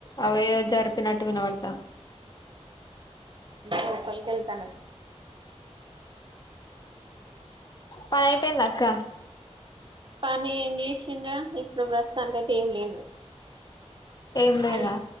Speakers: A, on the left (about 35°); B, on the right (about 45°).
A: అవి ఏదో జరిపినట్టు వి నబడతా
B: లోపలికి వెళ్తనయ్
A: పని అయిపోయింద అక్క
B: పని ఏం చేసిండ్రా ఇప్పుడు ప్రస్తుతానికి ఐతే ఏం లేదు
A: ఏం లేదా
B: ఆన్